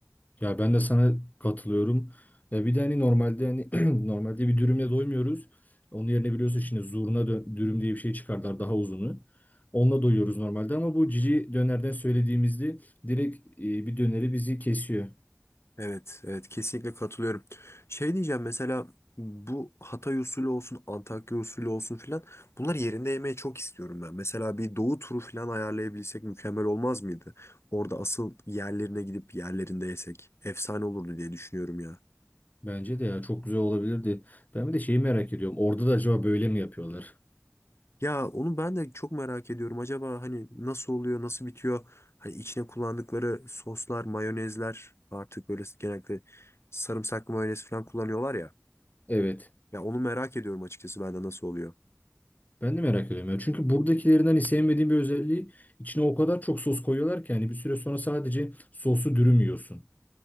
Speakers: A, on the left; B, on the left.
A: Ya ben de sana katılıyorum. Ya bir de hani normalde hani <clears throat> normalde bir dürümle doymuyoruz. Onun yerine biliyorsun şimdi zurna dö- dürüm diye bir şey çıkardılar daha uzunu. Onunla doyuyoruz normalde ama bu cici dönerden söylediğimizde direkt e, bir döneri bizi kesiyor.
B: Evet, evet kesinlikle katılıyorum. Şey diyeceğim mesela bu Hatay usulü olsun, Antakya usulü olsun filan bunlar yerinde yemeyi çok istiyorum ben. Mesela bir Doğu turu filan ayarlayabilsek mükemmel olmaz mıydı? Orada asıl yerlerine gidip yerlerinde yesek efsane olurdu diye düşünüyorum ya.
A: Bence de ya çok güzel olabilirdi. Ben bir de şeyi merak ediyorum. Orada da acaba böyle mi yapıyorlar?
B: Ya onu ben de çok merak ediyorum. Acaba hani nasıl oluyor, nasıl bitiyor? Hani içine kullandıkları soslar, mayonezler artık böyle genellikle sarımsaklı mayonez falan kullanıyorlar ya.
A: Evet.
B: Ya onu merak ediyorum açıkçası ben de nasıl oluyor.
A: Ben de merak ediyorum ya. Çünkü buradakilerinden hani sevmediğim bir özelliği içine o kadar çok sos koyuyorlar ki hani bir süre sonra sadece sosu dürüm yiyorsun.